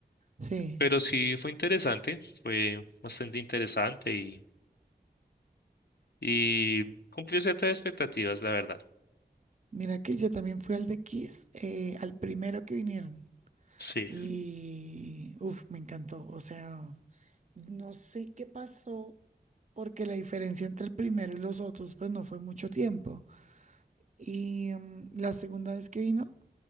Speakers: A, on the right; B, on the left.
A: sí.
B: Pero sí fue interesante, fue bastante interesante y, y cumplió ciertas expectativas, la verdad.
A: Mira que yo también fui al de Kiss, eh, al primero que vinieron.
B: Sí,
A: Y, uff, me encantó. O sea, no sé qué pasó, porque la diferencia entre el primero y los otros, pues no fue mucho tiempo. Y mm, la segunda vez que vino,